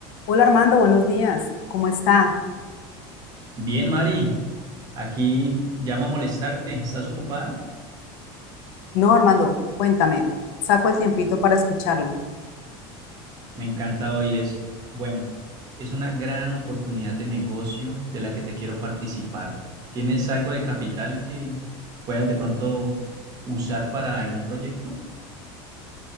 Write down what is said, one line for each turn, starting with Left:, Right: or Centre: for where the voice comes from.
Left: Hola Armando, buenos días. ¿Cómo está?
Right: Bien, Mari, aquí llamo a molestarte. ¿Estás ocupada?
Left: No, Armando, cuéntame. Saco el tiempito para escucharlo.
Right: Me encanta oír eso. Bueno, es una gran oportunidad de negocio de la que te quiero participar. ¿Tienes algo de capital que puedas de pronto usar para algún proyecto?